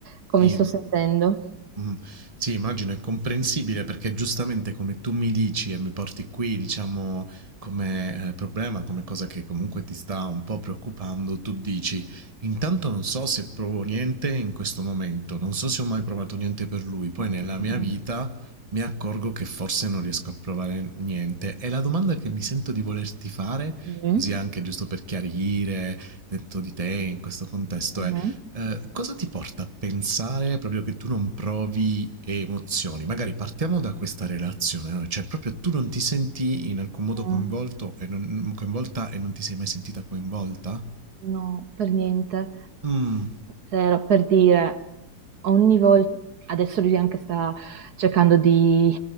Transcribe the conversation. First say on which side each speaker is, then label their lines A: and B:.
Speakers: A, on the right; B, on the right.
A: come
B: sì.
A: mi sto sentendo.
B: Mh. Sì, immagino è comprensibile perché giustamente come tu mi dici e mi porti qui, diciamo, come, ehm, problema, come cosa che comunque ti sta un po' preoccupando, tu dici: "Intanto non so se provo niente in questo momento, non so se ho mai provato niente per lui, poi
A: Mm,
B: nella mia vita mi accorgo che forse non riesco a provare niente". E la domanda che mi sento di volerti fare,
A: mm,
B: così anche giusto per chiarire dentro di te in questo contesto
A: mm.
B: è:
A: Mm, mhm.
B: eh, cosa ti porta a pensare proprio che tu non provi emozioni? Magari partiamo da questa relazione, no? cioè proprio tu non ti senti in alcun modo coinvolto
A: Mm,
B: e non, mm, coinvolta e non ti sei mai sentita coinvolta?
A: No, per niente.
B: Mm,
A: Zero, per dire, ogni volta, adesso lui anche sta cercando di,